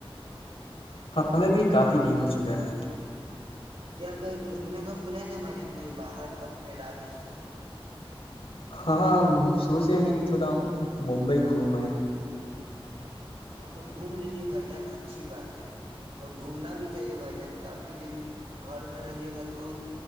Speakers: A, on the left; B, on the right.
A: ہمیں بھی کافی دن ہو چکا ہے
B: کیا کہیں گھومنے کا پلان ہے بھائی جان کہیں باہر اپنے رجیہ سے
A: ہاں سوچے ہیں کہ تھوڑا ممبئی گھوم ہے
B: ہاں تو گھوم لیجے بھائی جان اچھی بات ہے اور گھومنا بھی چاہیے بھائی جان کافی دن گھر میں رہیے گا تو